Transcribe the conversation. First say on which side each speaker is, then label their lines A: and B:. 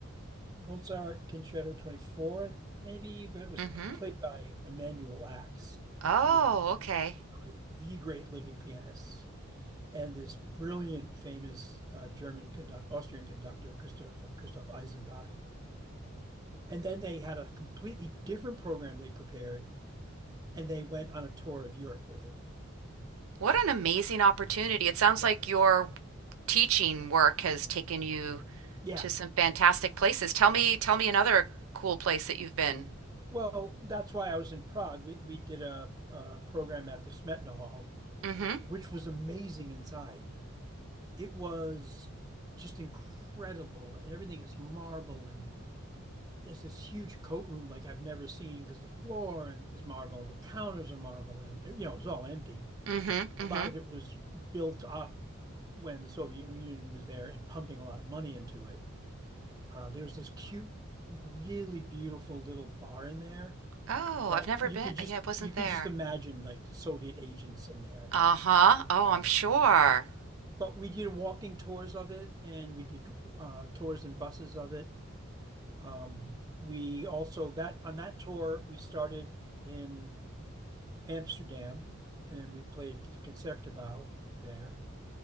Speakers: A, on the right (about 20°); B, on the right (about 80°).
A: Mozart Concerto 24, maybe, but it was
B: Mm hmm.
A: played by Emanuel Ax,
B: Oh,
A: who was one of the
B: okay.
A: great, the great living pianists, and this brilliant, famous uh, German conductor, Austrian conductor, Christoph, Christoph Eisenbach. And then they had a completely different program they prepared, and they went on a tour of Europe with it.
B: What an amazing opportunity. It sounds
A: Yeah.
B: like your teaching work has taken you
A: Yeah.
B: to some fantastic places. Tell me, tell me another cool place that you've been.
A: Well, that's why I was in Prague. We we did a, a program at the Smetana Hall,
B: Mm hmm.
A: which was amazing inside. It was just incredible, and everything is marble, and there's this huge coat room like I've never seen because the floor and- is marble, and the counters are marble, and you know it was all empty.
B: Mm-hmm.
A: A
B: Mm-hmm.
A: lot of it was built up when the Soviet Union was there and pumping a lot of money into it. Uh, there was this cute, really beautiful little bar in there
B: Oh,
A: that
B: I've never
A: you
B: been.
A: could just
B: uh, Yeah, I wasn't
A: you could
B: there.
A: just imagine like Soviet agents in there,
B: Uh-huh. Oh,
A: you know.
B: I'm sure.
A: But we did walking tours of it, and we did uh, tours and buses of it. Um, we also that on that tour we started in Amsterdam, and we played at the Concertgebouw there,